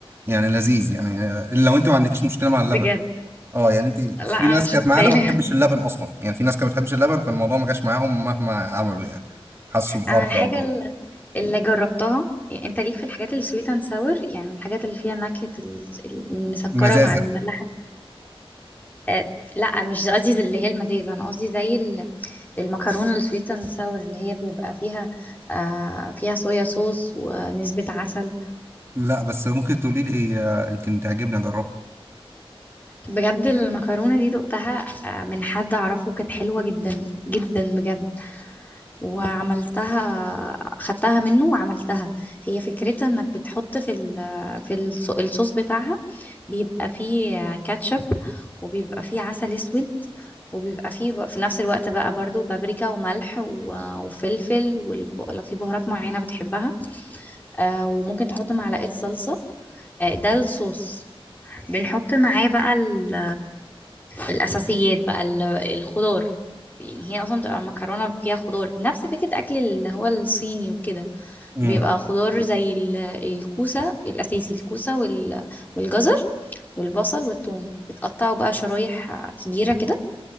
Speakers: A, on the right (about 25°); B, on the left (about 20°).
A: يعني لذيذ يعني آه، لو انت ما عندكيش مشكلة مع اللبن
B: بجد
A: اه يعني انت
B: لا
A: في
B: انا
A: ناس
B: مش
A: كانت
B: متخيله
A: معانا ما بتحبش اللبن اصلا يعني في ناس كانت ما بتحبش اللبن فالموضوع ما جاش معاهم مهما عملوا يعني حسوا بقرفة
B: انا الحاجه
A: او
B: ال- اللي جربتها يعني انت ليك في الحاجات السويت اند ساور يعني الحاجات اللي فيها نكهه ال- المسكره
A: مزازة
B: مع المملحه أه لا مش قصدي زي اللي هي المزازه انا قصدي زي ال- المكرونه السويت اند ساور اللي هي بيبقى فيها آه فيها صويا صوص ونسبه عسل
A: لا بس ممكن تقولي لي ايه آه، يمكن تعجبني اجربها
B: بجد المكرونه دي دقتها آه من حد اعرفه كانت حلوه جدا جدا بجد وعملتها خدتها منه وعملتها هي فكرتها انك بتحط في ال في الص- الصوص بتاعها بيبقى فيه كاتشب وبيبقى فيه عسل اسود وبيبقى فيه في نفس الوقت بقى برضو بابريكا وملح و- وفلفل ولو في بهارات معينة بتحبها آه، وممكن تحط معلقة صلصة آه، ده الصوص بنحط معاه بقى ال- الأساسيات بقى ال- الخضار يعني هي اصلا بتبقى مكرونه فيها خضار نفس فكره اكل اللي هو الصيني وكده
A: امم
B: بيبقى خضار زي ال- الكوسه الاساسي الكوسه وال- والجزر والبصل والثوم بتقطعه بقى شرايح آه، كبيره كده